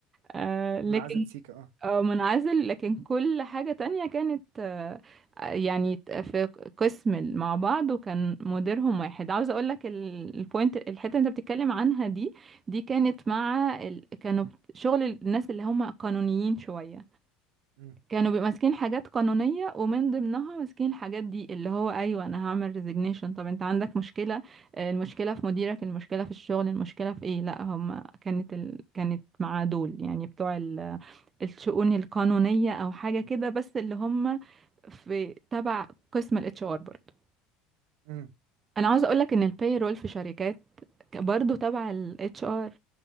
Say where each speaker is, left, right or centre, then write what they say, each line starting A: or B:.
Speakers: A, on the right; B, on the right.
A: آه لكن
B: منعزل سيكا اه
A: اه منعزل لكن كل حاجة تانية كانت آه، يعني ت- في قسم ال- مع بعض وكان مديرهم واحد عاوزة اقولك ال- البوينت الحتة اللي انت بتتكلم عنها دي دي كانت مع ال... كانوا شغل الناس اللي هم قانونيين شوية
B: امم
A: كانوا بيبقوا ماسكين حاجات قانونية ومن ضمنها ماسكين الحاجات دي اللي هو ايوه انا هعمل ريزيجنيشن طب انت عندك مشكلة آه، المشكلة في مديرك المشكلة في الشغل المشكلة في ايه لا هم كانت ال... كانت مع دول يعني بتوع الشؤون القانونية او حاجة كده بس اللي هم في تبع قسم الاتش ار برضه
B: امم
A: انا عاوزة اقولك ان الباي رول في شركات ك- برضه تبع الاتش ار